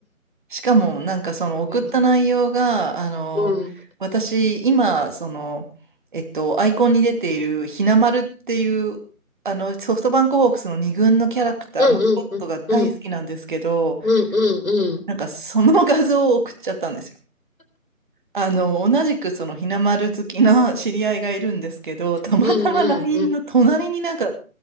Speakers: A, on the right (about 35°); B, on the left (about 70°).
A: しかも、なんかその送った内容が、
B: うん
A: あの、
B: うん
A: 私、今、その、えっと、アイコンに出ているひなまるっていう、あの、ソフトバンクホークスの二軍のキャラクター、
B: うんうんうんうん
A: マスコットが大好きなんですけど、
B: うん
A: なんかその <laughs> 画像を送っちゃったんですよ。あの、同じくそのひなまる好きな知り合いがいるんですけど、たまたま
B: うんうんうん
A: LINE の隣になんか、